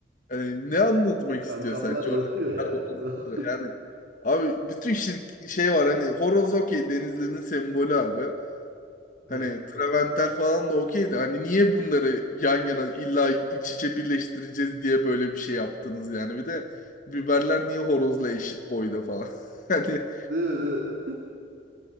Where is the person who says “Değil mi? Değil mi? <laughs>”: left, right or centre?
Right